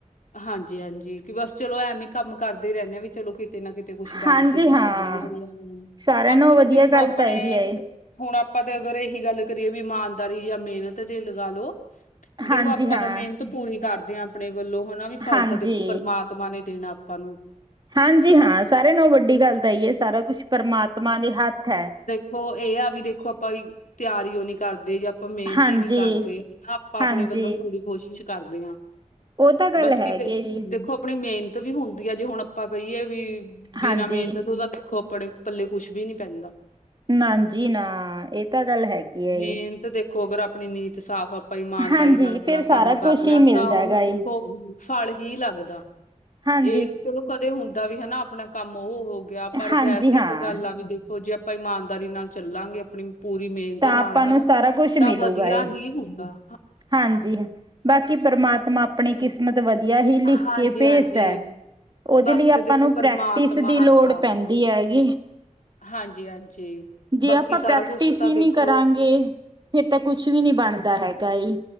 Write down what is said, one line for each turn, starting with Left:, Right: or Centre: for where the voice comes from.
Left: ਹਾਂਜੀ-ਹਾਂਜੀ ਕਿ ਬਸ ਚਲੋ ਐਵੇਂ ਕੰਮ ਕਰਦੇ ਹੀ ਰਹਿੰਦੇ ਆ ਵੀ ਚਲੋ ਕਿਤੇ ਨਾ ਕਿਤੇ ਤੇ ਕੁਛ ਬਣ
Right: ਹਾਂਜੀ
Left: ਜੇਗਾ
Right: ਹਾਂ।
Left: ਤਾਂ <unintelligible>
Right: ਸਾਰਿਆਂ
Left: ਆਪਾਂ
Right: ਨਾਲੋਂ ਵਧੀਆ
Left: ਦੇਖੋ
Right: ਗੱਲ
Left: ਆਪਣੇ
Right: ਤਾਂ ਇਹੀ ਹੈ, ਏ।
Left: ਹੁਣ ਆਪਾਂ ਤਾਂ ਅਗਰ ਇਹੀ ਗੱਲ ਕਰੀਏ ਵੀ ਇਮਾਨਦਾਰੀ ਜਾਂ ਮਿਹਨਤ ਤੇ ਲਗਾ ਲਓ। ਵੀ
Right: ਹਾਂਜੀ
Left: ਦੇਖੋ ਆਪਾਂ
Right: ਹਾਂ,
Left: ਤਾਂ ਮਿਹਨਤ ਪੂਰੀ ਕਰਦੇ ਹਾਂ ਆਪਣੇ ਵੱਲੋਂ ਹੁਣ ਵੀ ਫ਼ਲ
Right: ਹਾਂਜੀ।
Left: ਤਾ ਦੇਖੋ ਪਰਮਾਤ ਤਮਾ ਨੇ ਦੇਣਾ ਆਪਾਂ ਨੂੰ
Right: ਹਾਂਜੀ ਹਾਂ ਸਾਰਿਆਂ ਨਾਲ ਵੱਡੀ ਗੱਲ ਤਾਂ ਇ ਐ, ਸਾਰਾ ਕੁਛ ਪਰਮਾਤਮਾ ਦੇ ਹੱਥ ਏ।
Left: ਉਹ ਇਹ ਆ ਵੀ ਦੇਖੋ ਆਪਾਂ ਵੀ ਤਿਆਰੀਓ ਨੀ ਕਰਦੇ ਜਾਂ ਆਪਾਂ ਮਿਹਨਤ
Right: ਹਾਂਜੀ,
Left: ਹੀ ਨੀ ਕਰਦੇ, ਆਪਾਂ
Right: ਹਾਂਜੀ
Left: ਆਪਣੇ ਵੱਲੋਂ ਪੂਰੀ ਕੋਸ਼ਿਸ਼ ਕਰਦੇ ਹਾਂ।
Right: ਉਹ ਤਾਂ ਗੱਲ
Left: ਬਸ
Right: ਹੈਗੀ
Left: ਕਿਤੇ
Right: ਹੈ ਜੀ,
Left: ਦੇਖੋ, ਆਪਣੀ ਮੇਨ ਵੀ ਹੁੰਦੀ ਆ। ਜੇ ਹੁਣ ਆਪਾਂ ਕਹੀਏ ਵੀ ਬਿਨਾਂ
Right: ਹਾਂਜੀ।
Left: ਮਿਹਨਤ ਤੇ ਉਹਦਾ ਦੇਖੋ ਆਪਣੇ ਪੱਲੇ ਕੁਛ ਵੀ ਨੀ ਪੈਂਦਾ।
Right: ਨਾ ਜੀ ਨਾ, ਇਹ ਤਾਂ ਗੱਲ ਹੈਗੀ
Left: ਮਿਹਨਤ
Right: ਐਂ।
Left: ਦੇਖੋ ਅਗਰ ਆਪਣੀ ਨੀਂਤ ਸਾਫ਼, ਆਪਾਂ ਇਮਾਨਦਾਰੀ
Right: ਹਾਂਜੀ
Left: ਨਾਲ ਆਪਣਾ
Right: ਫੇਰ ਸਾਰਾ
Left: ਕੰਮ ਕਰ
Right: ਕੁਛ
Left: ਰਹੇ
Right: ਹੀ
Left: ਹਾਂ
Right: ਮਿਲਦਾ
Left: ਤਾਂ ਉਹਨੂੰ
Right: ਹੈਗਾ ਏ।
Left: ਖੋ ਫਲ ਹੀ ਲੱਗਦਾ।
Right: ਹਾਂਜੀ,
Left: ਇਹ ਚਲੋ ਕਦੇ ਹੁੰਦਾ ਵੀ ਹੈਨਾ ਆਪਣਾ ਕੰਮ ਉਹ ਹੋ ਗਿਆ ਪਰ
Right: ਹਾਂਜੀ
Left: ਵੈਸੇ
Right: ਹਾਂ।
Left: ਇੱਕ ਗੱਲ ਆ ਵੀ ਦੇਖੋ ਜੇ ਆਪਾਂ ਇਮਾਨਦਾਰੀ ਨਾਲ ਚੱਲਾਂਗੇ। ਆਪਣੀ ਪੂਰੀ ਮਿਹਨਤ
Right: ਤਾਂ
Left: ਨਾਲ
Right: ਆਪਾਂ ਨੂੰ
Left: ਹਨਾ
Right: ਸਾਰਾ ਕੁਛ
Left: ਤਾਂ
Right: ਮਿਲੂਗਾ
Left: ਵਧੀਆ
Right: ਏ
Left: ਹੀ ਹੁੰਦਾ।
Right: ਹਾਂਜੀ, ਬਾਕੀ ਪਰਮਾਤਮਾ ਆਪਣੀ ਕਿਸਮਤ ਵਧੀਆ ਹੀ ਲਿਖ
Left: ਹਾਂਜੀ
Right: ਕੇ ਭੇਜਦਾ
Left: ਹਾਂਜੀ
Right: ਏ। ਉਹਦੇ
Left: ਬਾਕੀ
Right: ਲਈ ਆਪਾਂ
Left: ਤਾਂ ਦੇਖੋ
Right: ਨੂੰ
Left: ਪਰਮਾਤਮਾ
Right: ਪ੍ਰੈਕਟਿਸ ਦੀ ਲੋੜ
Left: ਹੱਥ ਆ
Right: ਪੈਂਦੀ ਹੈਗੀ।
Left: ਹਾਂਜੀ ਹਾਂਜੀ
Right: ਜੇ
Left: ਬਾਕੀ
Right: ਆਪਾਂ
Left: ਸਾਰਾ
Right: ਪ੍ਰੈਕਟਿਸ
Left: ਕੁਛ ਤਾਂ
Right: ਹੀ
Left: ਦੇਖੋ
Right: ਨੀ ਕਰਾਂਗੇ ਫੇਰ ਤਾਂ ਕੁਛ ਵੀ ਨੀ ਬਣਦਾ ਹੈਗਾ ਏ।